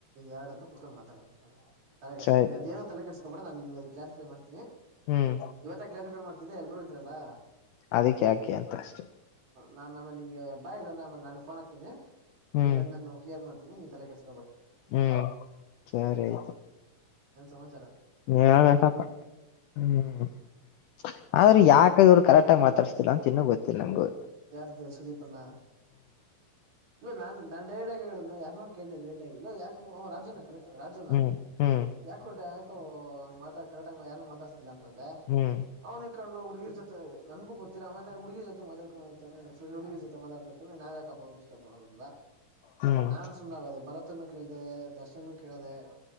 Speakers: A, on the right; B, on the left.
A: ಎರಡ್ ಹತ್ರ ಕುೂತ್ಕೊಂಡ್ ಮಾತಾಡದು ತಲೆ ಕೆಕ
B: ಸರಿ
A: ನೀವು ಅದೇೋ ತಲೆ ಕೆಟ್ಕಬಡ ನಾ ನಿ ಅ ಕ್ರಿಫೈ ಮಾಡ್ತನಿ
B: ಹ್ಮ್
A: ಇವತ್ತ ಕ್ಲಾರಿಫೈ ಮಾಡ್ತಿದ್ದೆ ಎಲ್ಲರೂ ಇದ್ರಲ್ಲಾ
B: ಅದಕ್ಕೆ ಯಾಕೆ ಅಂತ ಅಷ್ಟೆ
A: ನಾನ್ಮೇಲೆ ನಿಂಗೆ ಬಾ ಇ ಅಂದ್ರ ಆ ನಾಳೆಫೋನ್ ಹಾತೀನಿ
B: ಹ್ಮ್
A: ನೀಂಗ ಅದನ್ನನ್ನು ಕ್ಲಿಯರ್ ಮಾಡ್ತನಿನ್ ತಲೆ ಕೆರ್
B: ಹ್ಮ್ ಸರಿ ಆಯ್ತು
A: ಏನ್ ಸಮಾಚಾರ
B: ಹ್ಮ ಆದ್ರ
A: ಏನೈತಿ
B: ಯಕ ಇವ್ರು ಕರೆಕ್ಟ್ ಆಗ ಮಾತಾಡ್ಸ್ತಿಲ್ಲ ಅಂತ ತಿನ್ನ ಗೊತ್ತಿಲ್ಲ ನಂಗಗೆ
A: ಯಾರ ಸುದೀಪ್ಣ ಇಲ್ಲ ನಾನ್ ನಡೇಡಗಳನ್ನು ಯಾರು ಕೇಳ್ದ ರೇ ಇಲ್ಲ ಯಾಕ ರಾಜನ ಕರೆಕ್ಟ್ ರಾಜುನಾ
B: ಹ್ಮ್ ಹ್ಮ್
A: ಯಾಕೋ ಯಾಕೋ ಮಾತ ಕರೆಂಗ ಯಾರು ಮಾತಾಸ್ತಿಲ್ಲ ತಂದೆ
B: ಹ್ಮ್
A: ಅವ್ನ ಇಕಂಡು ಹುಡುಗಿರ್ ಜೊತೆ ನನ್ಗೂ ಗೊತ್ತಿಲ್ಲ ಆಮೇಲೆ ಹುಡುಗಿರ್ ಜೊತೆ ಮಾತಾಡ್ಕ ಫ್ರೆಂಡ್ ಹುಡುಗ ಜೊತೆ ಮಾತಾಡ್ತರ್ತಾನೆ ನಾವ ಯಾಕಪ್ಪ ಅವಿಸ್ಟಬ್ ಮಾಡೋದ
B: ಹ್ಮ್
A: ನಾನ್ ಸುಮ್ಮ ಆಗದೆ ಭರತನು ಕೇಳ್ದ ದರ್ಶನ್ ಕೇಳದೆ